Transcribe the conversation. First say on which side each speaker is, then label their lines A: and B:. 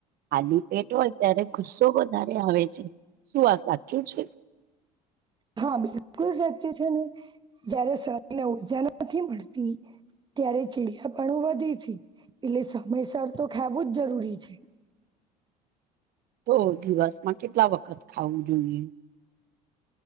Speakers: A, on the right; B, on the right.
A: ખાલી પેટ હોય ત્યારે ગુસ્ તો વધારે આવે છે શું આ સાચું છે
B: હા બિલકુલ સાચ્ય છે ને જયારે શરીર ને ઉર્જા નથી મળતી ત્યારે ચીડિયાપણું વધે છે એટલે સમયસર તો ખાવું જ જરૂરી છે
A: તો દિવસમાં કેટલા વખત ખાવું જોઈએ